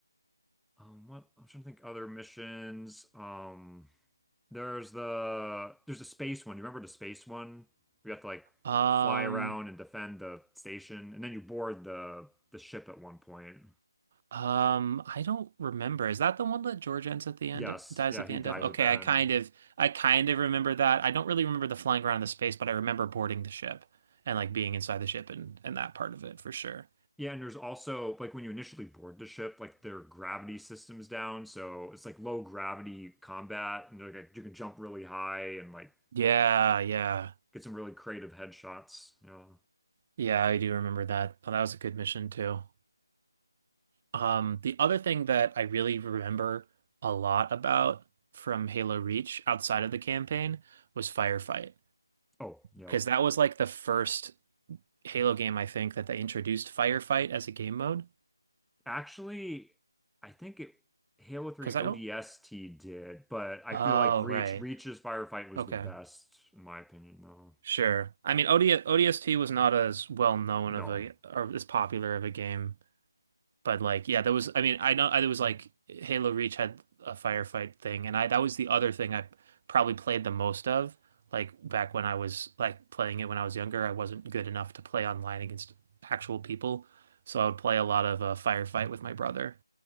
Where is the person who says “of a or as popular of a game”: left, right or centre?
Right